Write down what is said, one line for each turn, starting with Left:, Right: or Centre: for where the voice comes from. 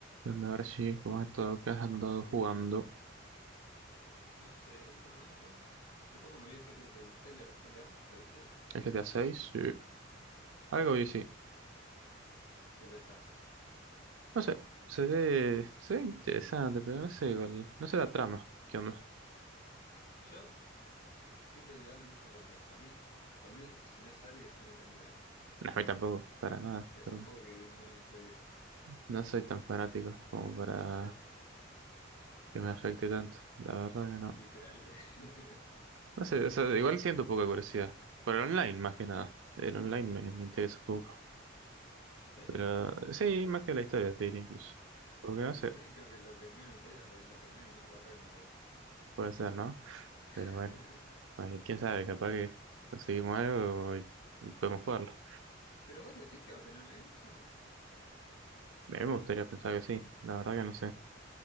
Right: Y a ver si, como has estado, que has andado jugando.
Left: No sé, últimamente, hace poco me vi el, GT el tráiler de GTA, ¿lo viste?
Right: ¿El GTA 6? Sí.
Left: Eh,
Right: Algo y sí.
Left: ¿Qué pensás?
Right: No sé, se ve, se ve interesante, pero no sé, igual, no sé la trama. ¿Qué onda?
Left: Yo siento que le da mucha importancia. A mí, por mí, si no sale, no me cambia la vida.
Right: No, a mí tampoco, para nada.
Left: Es
Right: No
Left: un juego que no me interesa.
Right: no soy tan fanático como para
Left: Eh,
Right: que
Left: <laughs>
Right: me afecte tanto. La verdad que no.
Left: Literal. <laughs> ¿En
Right: No sé, o sea, igual siento poca curiosidad. Por el online, más que nada. El online me, me interesa un poco.
Left: serio?
Right: Pero sí, más que la historia, te diría incluso. Porque no
Left: El
Right: sé,
Left: online creo que es lo que menos me interesa, pues es lo que menos me va a correr, me parece.
Right: puede ser, ¿no?
Left: <laughs>
Right: Pero bueno. Ay, quién sabe, capaz que conseguimos algo y, y podemos jugarlo.
Left: Pero vos decís que va a tener online eso.
Right: A mí me gustaría pensar que sí, la verdad que no sé.